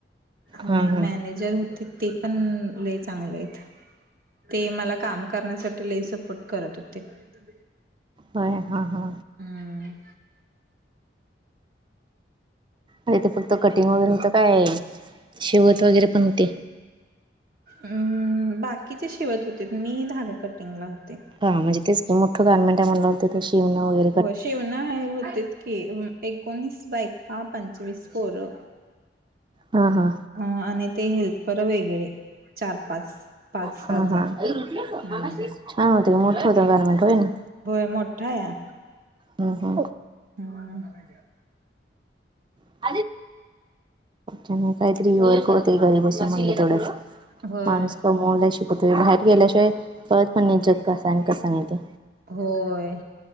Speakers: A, on the right (about 50°); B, on the right (about 25°).
A: आणि
B: हां हां
A: मॅनेजर होते. ते पण लय चांगले आहेत ते मला काम करण्यासाठी लय सपोर्ट करत होते. ते
B: हो हा हा
A: हम्म
B: म्हे ते फरत कटिंग वगैरे होतं काय शिवत वगैरे पण होते.
A: हम् बाकीचे शिवत होते मी धागा कटिंगला होते.
B: हां म्हणजे तेच की मोठ गार्मेंट आहे म्हंटल्यावर शिवना वैे
A: हो, शेवणा आहे, होतीत की एकोणीस बायका, एक पंचवीस पोर
B: हा हा.
A: अ आणि ते हेल्पर वेगळे, चार पाच पाच
B: हा
A: सात जण
B: हा, छान
A: हम्म
B: होते, मोठं होत गारमेंट, होय ना?
A: होय, मोठा आहे या,
B: हम्म
A: हा.
B: <unintelligible> काही तरी वर्क होतय, घरी बसून म्हणून तेवढच
A: होय
B: माणूस कमवायला शिकतोय, बाहेर गेल्याशिवाय कळत पण नाही, जग कस आहे, आणि कसं नाही ते.
A: होय,